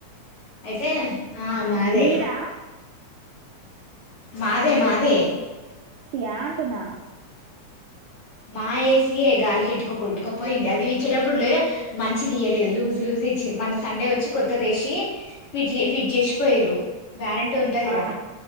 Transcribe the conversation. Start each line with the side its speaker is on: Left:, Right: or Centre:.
Left: అయితే ఆ మాదే
Right: మీదా
Left: మాదే మాదె
Right: యాంటున
Left: మా ఏసి యె గాలి కెట్టుకో కొట్టుకోపోయింది అది ఇచ్చేటప్పుడు లే మంచిది ఇయలేదు లూజ్ లూజ్ ఇచ్చిది మన సండే వచ్చి కొత్తదేసి ఫిట్ ఫిట్ చేసి పోయ్రు గ్యారంటీ ఉంటదిగా
Right: ఆ